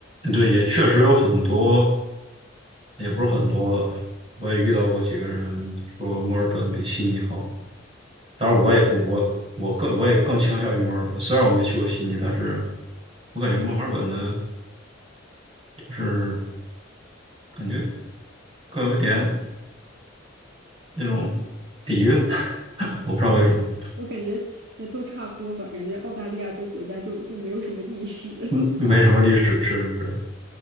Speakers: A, on the right (about 30°); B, on the right (about 60°).
A: 对，也确实有很多，也不是很多了。我也遇到过几个人说墨尔本比悉尼好，当然我也我我更我也更倾向于墨尔本，虽然我没去过悉尼，但是我感觉墨尔本的就是感觉更有一点那种底蕴，<laughs> 我不知道为什么，
B: 嗯，我感觉也都差不多吧，感觉澳大利亚这个国家就就没有什么历史。
A: 嗯，没什么历史，是是是，